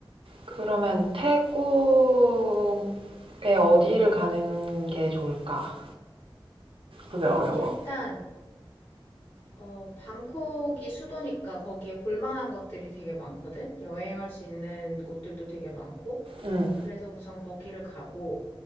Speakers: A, on the right; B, on the left.
A: 그러면 태국에 어디를 가는 게 좋을까? 그게 어려워
B: 일단 어, 방콕이 수도니까 거기에 볼만한 것들이 되게 많거든. 여행할 수 있는 곳들도 되게 많고.
A: 응응응
B: 그래서 우선 거기를 가고